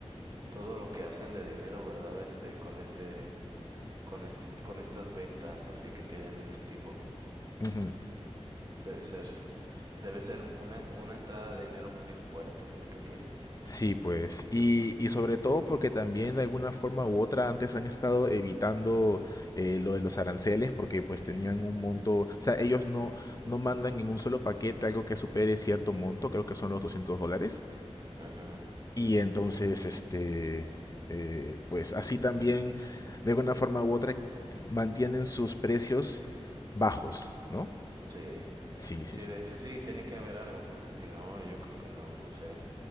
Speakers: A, on the right (about 35°); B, on the left (about 35°).
A: todo lo que hacen de dinero, ¿verdad? Este, con este, con este, con estas ventas así que tienen de este tipo.
B: Ujú.
A: Debe ser, debe ser una, una entrada de dinero muy fuerte la que tienen.
B: Sí, pues, y, y sobre todo porque también de alguna forma u otra antes han estado evitando eh, lo de los aranceles porque pues tenían un monto, o sea, ellos no, no mandan en un solo paquete algo que supere cierto monto, creo que son los 200 dólares.
A: Ujú,
B: Y entonces, este, eh, pues así también, de alguna forma u otra, mantienen sus precios bajos, ¿no?
A: Sí,
B: Sí, sí,
A: sí,
B: sí.
A: de hecho sí, tiene que haber algo, porque si no, yo creo que no, no sé.